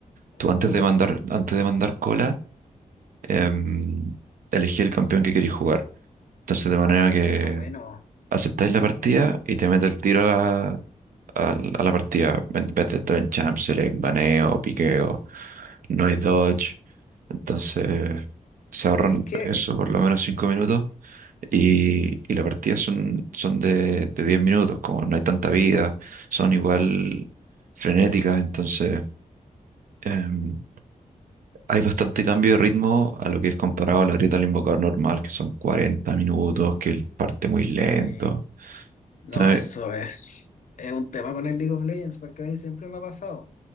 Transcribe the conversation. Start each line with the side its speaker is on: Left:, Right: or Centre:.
Left: Oh,
Right: tú antes de mandar, antes de mandar cola, em, elegí el campeón que queréis jugar. Entonces, de manera
Left: oh,
Right: que
Left: eso está bueno.
Right: aceptáis la partida y te mete el tiro a la, a a la partida. En vez de entrar en champ select, baneo, piqueo, no hay dodge. Entonces, se
Left: ¿Sabéis
Right: ahorran
Left: qué?
Right: eso
Left: Es-
Right: por lo menos cinco minutos
Left: es-
Right: Y, y las partidas son, son de, de diez minutos, como no hay tanta vida, son igual frenéticas, entonces em, hay bastante
Left: claro.
Right: cambio de ritmo a lo que es comparado a la grita del invocador normal, que son 40 minutos, que él parte muy lento.
Left: Sí. No,
Right: Entonces,
Left: eso es, es un tema con el League of Legends, porque a mí siempre me ha pasado.